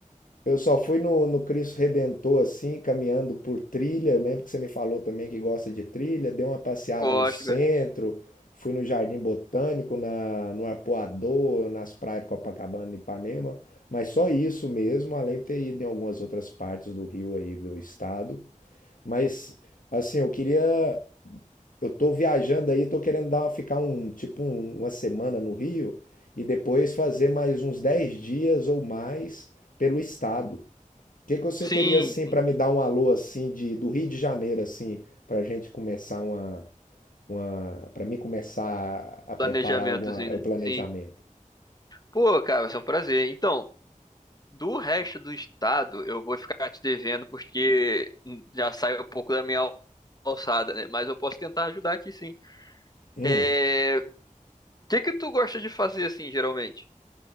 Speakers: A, on the left; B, on the left.
A: Eu só fui no, no Cristo Redentor, assim, caminhando por trilha. Eu lembro que você me falou também que gosta de trilha. Dei uma passeada
B: gosto,
A: no centro,
B: cara.
A: fui no Jardim Botânico, na, no Arpoador, nas praias de Copacabana e Ipanema. Mas só isso mesmo, além de ter ido em algumas outras partes do Rio aí, do estado. Mas, assim, eu queria. Eu tô viajando aí, tô querendo dar, ficar um, tipo, um- uma semana no Rio e depois fazer mais uns 10 dias ou mais pelo estado que que você
B: Sim,
A: teria assim para me dar um alô assim de do Rio de Janeiro assim para gente começar uma uma para mim começar a preparar
B: planejamentozinho,
A: alguma é o
B: né?
A: planejamento.
B: Sim. Pô, cara, vai ser um prazer. Então, do resto do estado, eu vou ficar te devendo porque já sai um pouco da minha alçada, né? Mas eu posso tentar ajudar aqui, sim.
A: Hum.
B: É... O que que tu gosta de fazer, assim, geralmente?